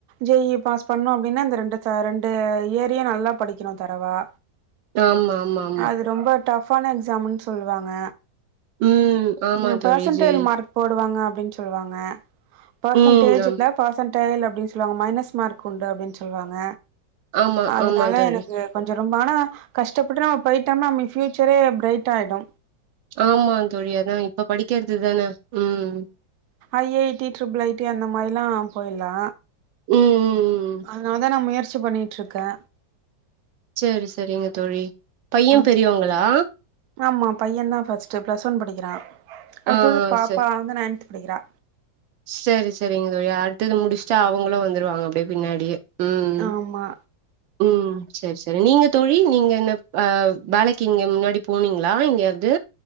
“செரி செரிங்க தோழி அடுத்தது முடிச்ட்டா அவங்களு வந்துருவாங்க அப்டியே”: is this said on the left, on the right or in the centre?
Right